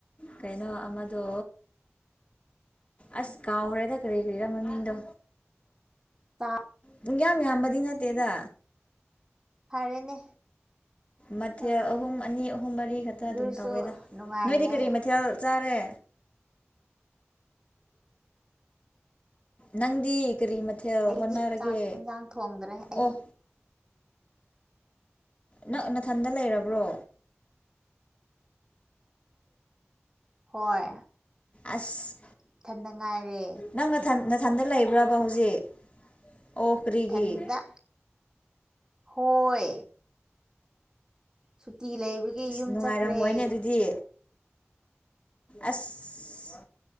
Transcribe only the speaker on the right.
ꯇꯥ
ꯐꯔꯦꯅꯦ
ꯑ
ꯑꯗꯨꯁꯨ
ꯅꯨꯡꯉꯥꯏꯔꯦ
ꯑꯩꯗꯤ
ꯆꯥꯛ ꯏꯟꯁꯥꯡ ꯊꯣꯡꯗ꯭ꯔꯦ ꯑꯌꯨꯛ
ꯍꯣꯏ
ꯏꯊꯟꯗ ꯉꯥꯏꯔꯦ
ꯊꯟꯗ ꯍꯣꯏ ꯁꯨꯇꯤ ꯂꯩꯕꯒꯤ
ꯌꯨꯝ
ꯆꯠꯈ꯭ꯔꯦ